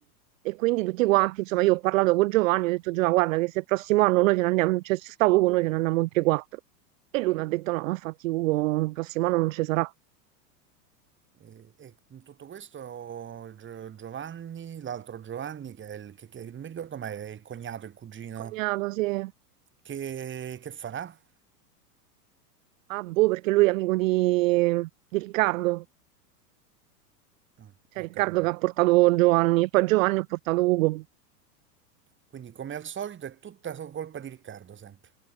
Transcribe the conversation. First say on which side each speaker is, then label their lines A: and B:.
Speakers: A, on the right; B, on the right.
A: e quindi tutti quanti, insomma, io ho parlato con Giovanni, ho detto Giovanni, guarda che se il prossimo anno noi ce ne andiamo, cioè se sta Ugo noi ce ne andiamo in 3-4. E lui mi ha detto no, ma infatti Ugo il prossimo anno non ci sarà.
B: eh, e in tutto questo Gio- Giovanni, l'altro Giovanni, che è il, che, che- non mi ricordo mai, è il cognato, il cugino,
A: Cognato, sì.
B: che, che farà?
A: Ah, boh, perché lui è amico di, di Riccardo,
B: Ah,
A: cioè
B: ho
A: Riccardo
B: capito.
A: che ha portato Giovanni, e poi Giovanni ha portato Ugo.
B: Quindi come al solito è tutta colpa di Riccardo sempre.